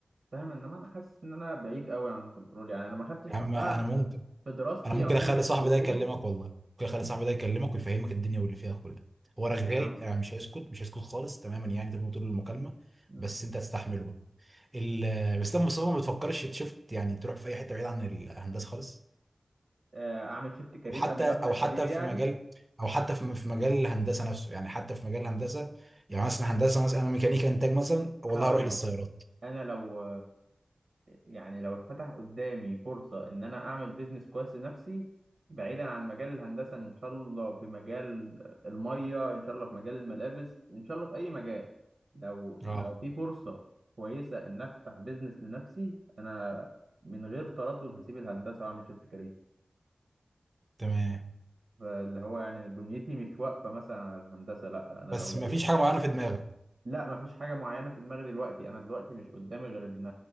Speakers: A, on the right; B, on the right.
A: فاهم انما انا حاسس ان انا بعيد قوي عن الكنترول يعني انا ما خدتش
B: يا عم
A: اصلا
B: انا
A: انا
B: ممكن
A: في دراستي
B: انا ممكن
A: عموما
B: اخلي
A: في
B: صاحبي
A: الكليه
B: ده يكلمك والله ممكن اخلي صاحبي ده يكلمك ويفهمك الدنيا واللي فيها كلها هو رغاي
A: يعني
B: يعني مش هيسكت مش هيسكت خالص تماما يعني تبقى طول المكالمه
A: مم.
B: بس انت هتستحمله ال- بس ده مصطفى ما بتفكرش شفت يعني تروح في اي حته بعيد عن الهندسه خالص
A: آه، اعمل شيفت كارير
B: او حتى
A: قبل ما ابدا
B: او
A: كارير
B: حتى
A: يعني
B: في مجال او حتى في في مجال الهندسه نفسه يعني حتى في مجال الهندسه يعني مثلا هندسه مثلا انا ميكانيكا انتاج مثلا والله
A: هقول
B: هروح للسيارات
A: لك انا لو يعني لو اتفتح قدامي فرصه ان انا اعمل بيزنس كويس لنفسي بعيدا عن مجال الهندسه ان شاء الله في مجال الميه ان شاء الله في مجال الملابس ان شاء الله في اي مجال لو
B: اه
A: لو في فرصه كويسه ان افتح بيزنس لنفسي انا من غير تردد هسيب الهندسه واعمل شيفت كارير
B: تمام
A: فاللي هو يعني دنيتي مش واقفة مثلا على الهندسة لا أنا
B: بس
A: لو لقيت
B: ما فيش حاجه معينه في دماغك
A: لا مفيش حاجة معينة في دماغي دلوقتي أنا دلوقتي مش قدامي غير إن